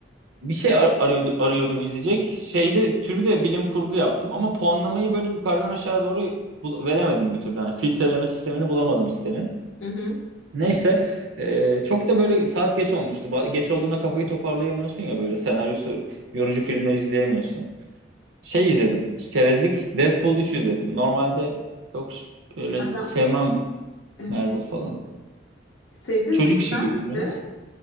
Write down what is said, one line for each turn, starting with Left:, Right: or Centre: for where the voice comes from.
Right: Bir şey ar- arıyordu, arıyordum izleyecek. Şeyde türü de bilim kurgu yaptım ama puanlamayı böyle yukarıdan aşağı doğru bul- veremedim bir türlü. Yani filtreleme sistemini bulamadım sitenin.
Left: Hı hı.
Right: Neyse ee, çok da böyle saat geç olmuştu. Ba- Geç olduğunda kafayı toparlayamıyorsun ya böyle senaryosu yorucu filmleri izleyemiyorsun. Şey izledim. Çerezlik Deadpool 3 izledim. Normalde çok ş- böyle
Left: Adam,
Right: sevmem
Left: evet.
Right: Marvel falan.
Left: Sevdin
Right: Çocuk
Left: mi?
Right: işi
Left: Ben
Right: gibi biraz.
Left: de